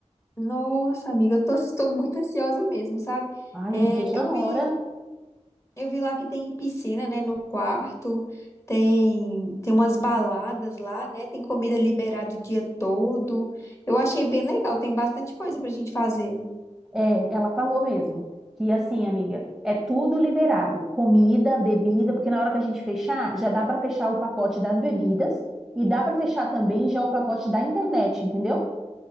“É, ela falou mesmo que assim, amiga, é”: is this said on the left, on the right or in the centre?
Centre